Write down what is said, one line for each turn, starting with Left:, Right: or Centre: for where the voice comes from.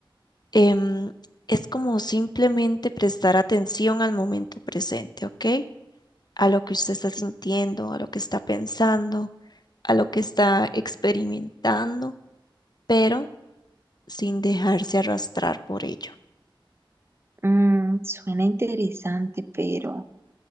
Left: em, es como simplemente prestar atención al momento presente, ¿ok? A lo que usted está sintiendo, a lo que está pensando, a lo que está experimentando, pero sin dejarse arrastrar por ello,
Right: Mm, suena interesante, pero,